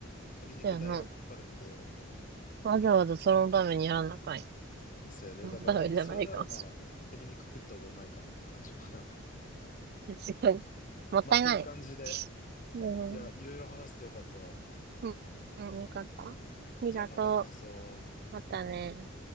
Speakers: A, on the left; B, on the right.
A: 鶏肉代がかかるんで、
B: そうやな。わざわざそのためにやらなあかい。
A: せいで、
B: そのためじゃないかもし
A: だから、それならまあ、鶏肉食った方がうまいかなって感じかな。
B: れない。確かに。
A: <laughs>
B: もったいない。
A: まあ、っていう感じで、
B: うん。
A: いや、いろいろ話してよかったわ。
B: うん。うんよかった。ありがとう。
A: じゃあまた話そう。
B: またね。